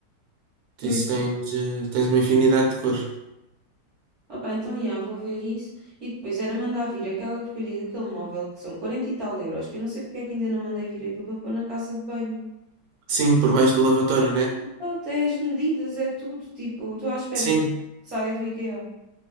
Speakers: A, on the right; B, on the right.
A: Pois.
B: Isso tens, eh, tens uma infinidade de cores.
A: Opa, então, já, vou ver isso. E depois era mandar vir aquela porcaria daquele móvel que são 40 e tal euros, que eu não sei porque é que ainda não mandei vir aquilo para pôr na casa de banho.
B: Sim, por baixo do lavatório, né?
A: Pronto, é as medidas, é tudo. Tipo, estou à espera
B: Sim,
A: que saia do IKEA.